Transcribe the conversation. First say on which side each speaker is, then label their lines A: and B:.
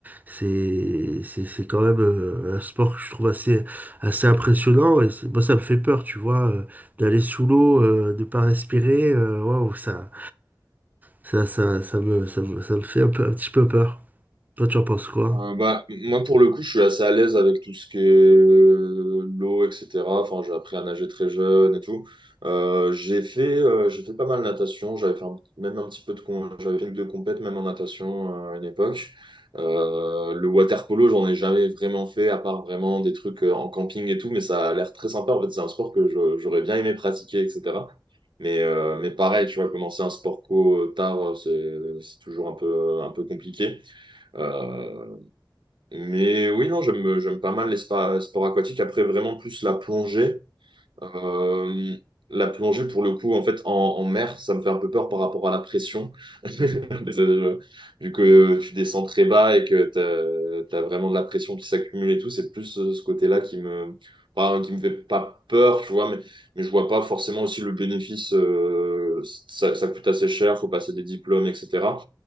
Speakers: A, on the right (about 20°); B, on the right (about 85°).
A: c'est c'est c'est quand même euh, un sport que je trouve assez assez impressionnant et c'est- moi ça me fait peur tu vois euh, d'aller sous l'eau euh, de pas respirer euh, waouh ça ça ça ça me ça me ça me fait un peu un petit peu peur. Toi tu en penses quoi?
B: Euh, bah, moi, pour le coup, je suis assez à l'aise avec tout ce qui est euh, l'eau, etc. Enfin, j'ai appris à nager très jeune et tout. Euh, j'ai fait, euh, j'ai fait pas mal de natation. J'avais fait un- même un petit peu de, com- j'avais fait une de compète, même en natation euh, à une époque. Euh, le water polo, j'en ai jamais vraiment fait, à part vraiment des trucs euh, en camping et tout. Mais ça a l'air très sympa. En fait, c'est un sport que je- j'aurais bien aimé pratiquer, etc. Mais, euh, mais pareil, tu vois, commencer un sport co euh, tard, euh, c'est c'est toujours un peu, un peu compliqué. Euh, mais oui, non, j'aime, j'aime pas mal les spa- sports aquatiques. Après, vraiment plus la plongée. Euh, la plongée, pour le coup, en fait, en, en mer, ça me fait un peu peur par rapport à la pression. <laughs> Euh, Vu que tu descends très bas et que t'as as, vraiment de la pression qui s'accumule et tout, c'est plus euh, ce côté-là qui me, enfin, qui me fait pas peur, tu vois, mais, mais je vois pas forcément aussi le bénéfice. euh, ça, ça coûte assez cher, faut passer des diplômes, etc.